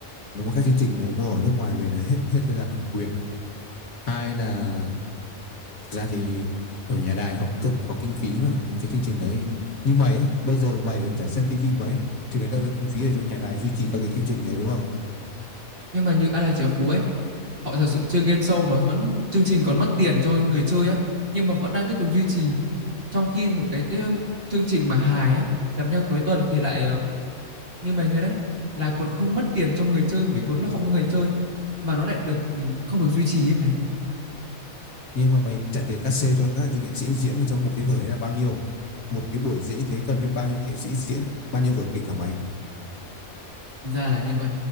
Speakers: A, on the left; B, on the right.
A: Nếu mà các chương trình mùa mùa ở nước ngoài về là hết hết thời gian bản quyền. Hai là Thực ra thì ở nhà đài họ cũng cần phải có kinh phí mà mấy cái chương trình đấy như mày ấy, bây giờ mày còn chả xem tivi mấy thì lấy đâu ra kinh phí để cho nhà đài duy trì các cái chương trình ấy đúng không
B: nhưng mà như A La Chợ Phú ấy họ thật sự chơi game show và vẫn chương trình còn mất tiền cho người chơi á nhưng mà vẫn đang tiếp tục duy trì trong khi một cái um, chương trình mà hài á gặp nhau cuối tuần thì lại à, như mày thấy đấy là còn không mất tiền cho người chơi bởi vì vốn là không có người chơi mà nó lại được ừ, không được duy trì ấy mày
A: nhưng mà mày trả tiền cát xê cho các nghệ sĩ diễn ở trong một cái vở đấy là bao nhiêu một cái buổi diễn như thế cần biết bao nhiêu nghệ sĩ diễn bao nhiêu vở kịch cả mày
B: ra là như vậy